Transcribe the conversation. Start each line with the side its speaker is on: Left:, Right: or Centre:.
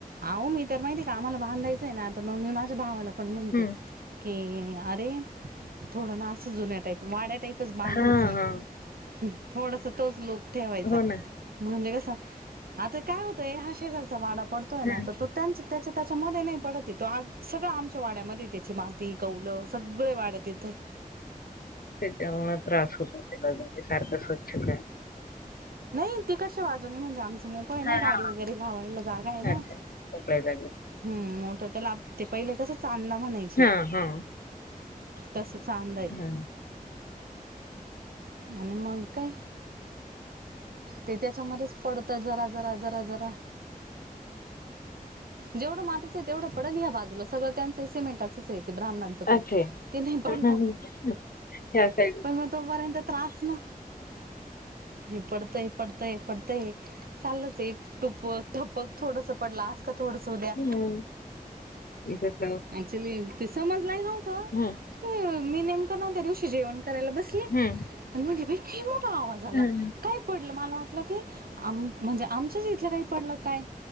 Right: आहो मी तर माहिती आहे का, आम्हाला बांधायचंय ना, आता मग मी माझ्या भावाला पण म्हणते
Left: हं.
Right: की अरे! थोडं ना असं, जुन्या टाईप, वाड्या टाईपच बांधायचं.
Left: हां, हां.
Right: हम्म, थोडसं तोच लुक ठेवायचा.
Left: हो ना.
Right: म्हणलस, आता काय होतंय, हा शेजारचा वाडा पडतोय
Left: हं.
Right: ना तर तो त्यांचं त्याच्या त्याच्या, मध्ये नाही पडतं तो सगळं आमच्या वाड्यामध्ये त्याची माती ती कौलं, सगळे वाड्यात येतेय.
Left: तेच्यामुळे त्रास होतो तीला, सारखं स्वच्छ काय?
Right: नाही ती कशी वाजव नाही म्हणजे आम्हचं मोकळ आहे ना,
Left: हां,
Right: गाडी
Left: हां.
Right: वगैरे लावायला जागा आहे, ना.
Left: अच्छा. मोकळ्या जागी.
Right: हम्म, मोठ त्याला ते पहिले कसं चांण म्हणाय
Left: <unintelligible>
Right: तस, चांंद आहे.
Left: हां.
Right: आणि, मग काय? ते त्याच्यामध्येच पडत, जरा, जरा, जरा, जरा. जेवढं मातीचं तेवढं, पडल या बाजूला सगळ त्यांच सिमेंटचेत ब्रा्मणां पण
Left: अच्छा आहे.
Right: ते नाय पडणार,
Left: हं, हं, हं. त्या साईड
Right: पण मग तोपर्यंत त्रास ना. हे पडतंय पडतंय पडतंय, चाललंच आहे टुप ठप थोडस पडला, अस का थोडस उद्या.
Left: हं. जसं
Right: चिली, ती समज नाय तुमच.
Left: <unintelligible>
Right: हो, मी नेमकं ना त्या दिवशी जेवण करायला बसले.
Left: हं.
Right: आणि म्हटलं खी मोठा आवाज आला
Left: हं, हं.
Right: काय मला वाट की आम म्हणजे आमच्याच इथलं काय पडलं काय.